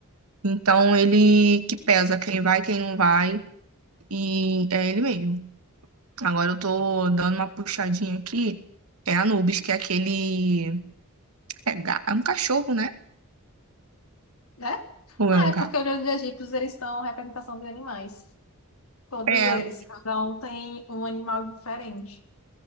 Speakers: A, on the right; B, on the left.
A: Então ele que pesa quem vai, quem não vai e é ele mesmo. Agora eu tô dando uma puxadinha aqui. É Anubis, que é aquele. É, ga- é um cachorro, né?
B: né?
A: Ou
B: Ah,
A: é um
B: é porque
A: gato?
B: os egípcios eles são representação dos animais. Todos
A: É,
B: eles, cada um tem um animal diferente.